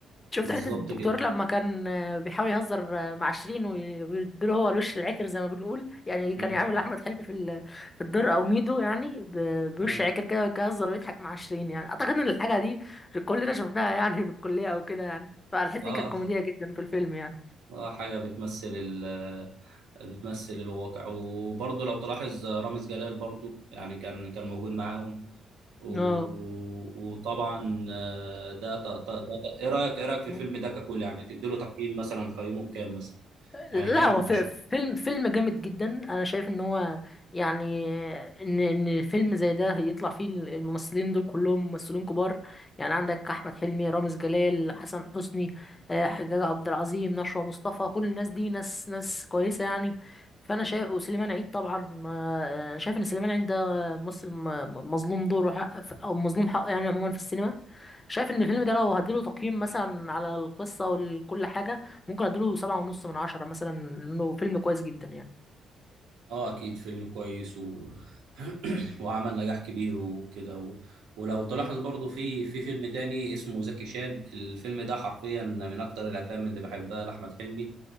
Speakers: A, on the left (about 25°); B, on the right (about 80°).
A: شفت
B: بالظبط
A: حتة الدكتور
B: كده
A: لما كان آه، بيحاول يهزر آه، مع شيرين وي- ويديله هو الوش العكر زي ما بنقول يعني
B: مم،
A: كان يعمل أحمد حلمي في ال- في الدور أو ميدو يعني ب- بوش
B: مم.
A: عكر كده ويهزر ويضحك مع شيرين يعني أعتقد إن الحاجة دي كلنا شفناها يعني في الكلية أو كده يعني فالحتة
B: اه
A: دي كانت كوميدية جدا في الفيلم يعني
B: اه حاجه بتمثل ال بتمثل الواقع وبرضه لو تلاحظ رامز جلال برضه يعني كان كان موجود معاهم و-
A: اه
B: و- وطبعا آه، ده ت- ت- ده ت- ايه رايك ايه رايك في
A: و...
B: الفيلم ده ككل يعني تديله تقييم مثلا تقيمه بكام مثلا
A: لا
B: يعني كام من
A: هو في-
B: عشرة
A: فيلم فيلم جامد جدا انا شايف ان هو يعني ان ان فيلم زي ده يطلع فيه الممثلين دول كلهم ممثلين كبار يعني عندك احمد حلمي رامز جلال حسن حسني آه، حجاج عبد العظيم نشوى مصطفى كل الناس دي ناس ناس كويسه يعني فانا شايف وسليمان عيد طبعا ما- انا شايف ان سليمان عيد ده ممثل م- مظلوم دوره حق او مظلوم حقه يعني عموما في السينما شايف ان الفيلم ده لو هديله تقييم مثلا على القصه وكل حاجه ممكن اديله سبعة ونص من عشرة مثلا لانه فيلم كويس جدا يعني
B: اه اكيد فيلم كويس و... <clears throat> وعمل نجاح كبير وكده و... ولو تلاحظ برضو في في فيلم تاني اسمه زكي شان الفيلم ده حرفيا من اكتر الافلام اللي بحبها لاحمد حلمي